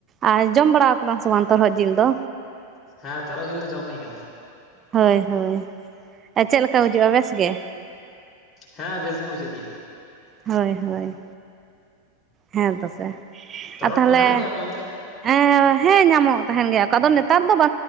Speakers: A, on the right (about 25°); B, on the left (about 25°).
A: ᱟᱨ ᱡᱚᱢ ᱵᱟᱲᱟ ᱠᱟᱫᱟ ᱥᱮ ᱵᱟᱝ ᱛᱚᱨᱦᱚᱫ ᱡᱤᱞ ᱫᱚ᱾
B: ᱦᱮᱸ ᱛᱚᱨᱦᱚᱫ ᱡᱤᱞ ᱫᱚ ᱡᱚᱢ ᱦᱩᱭ ᱠᱟᱱᱟ᱾
A: ᱦᱳᱭ ᱦᱳᱭ ᱟᱨ ᱪᱮᱫ ᱞᱮᱠᱟ ᱵᱩᱡᱷᱟᱜᱼᱟ ᱵᱮᱥ ᱜᱮ?
B: ᱦᱮᱸ ᱵᱮᱥ ᱜᱮ ᱵᱩᱡᱷᱟᱹᱜ ᱜᱮᱭᱟ᱾
A: ᱦᱳᱭ ᱦᱳᱭ ᱦᱮᱸ ᱛᱚ ᱥᱮ
B: ᱛᱚᱨᱦᱚᱫ
A: ᱟᱨ ᱛᱟᱦᱞᱮ
B: ᱠᱚ ᱧᱟᱢᱚᱜ ᱜᱮᱭᱟ ᱟᱯᱮ ᱚᱱᱛᱮ
A: ᱮᱸ ᱦᱮᱸ ᱧᱟᱢᱚᱜ ᱛᱟᱦᱮᱸᱱ ᱜᱮᱭᱟ ᱠᱚ ᱟᱫᱚ ᱱᱮᱛᱟᱨ ᱫᱚ ᱵᱟ